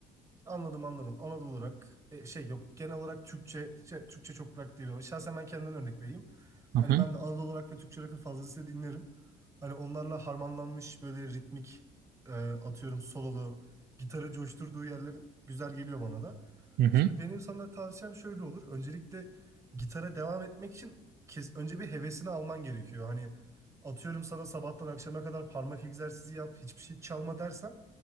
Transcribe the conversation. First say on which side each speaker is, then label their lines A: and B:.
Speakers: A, on the right; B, on the right.
A: Anladım anladım. Anadolu olarak e, şey yok genel olarak Türkçe şey, Türkçe çok rock değil. Şahsen ben kendimden örnek vereyim.
B: Hı
A: Hani
B: hı,
A: ben de Anadolu olarak ve Türkçe rock'ı fazlasıyla dinlerim. Hani onlarla harmanlanmış böyle ritmik e, atıyorum sololu gitarı coşturduğu yerler güzel geliyor bana da.
B: hı hı,
A: Şimdi benim sana tavsiyem şöyle olur. Öncelikle gitara devam etmek için kes, önce bir hevesini alman gerekiyor. Hani atıyorum sana sabahtan akşama kadar parmak egzersizi yap, hiçbir şey çalma dersem